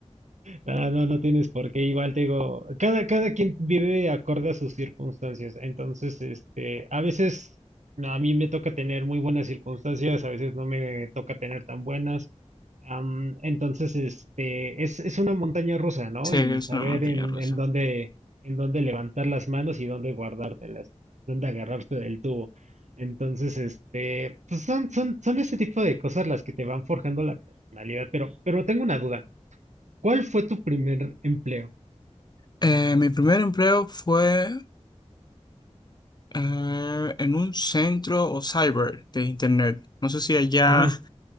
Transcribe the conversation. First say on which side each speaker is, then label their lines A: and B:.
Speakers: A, on the right; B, on the left.
A: No, no, no tienes por qué. Igual te digo, cada, cada quien vive acorde a sus circunstancias. Entonces, este, a veces no, a mí me toca tener muy buenas circunstancias, a veces no me toca tener tan buenas. Am, entonces, este, es, es una montaña rusa, ¿no?
B: Sí,
A: Y
B: es
A: saber
B: una montaña
A: en,
B: rusa.
A: en dónde, en dónde levantar las manos y dónde guardártelas, dónde agarrarte del tubo. Entonces, este, pues son, son, son ese tipo de cosas las que te van forjando la personalidad. Pero, pero tengo una duda. ¿Cuál fue tu primer empleo?
B: Eh, mi primer empleo fue Eh, en un centro o cyber de internet. No sé si allá
A: Ujú.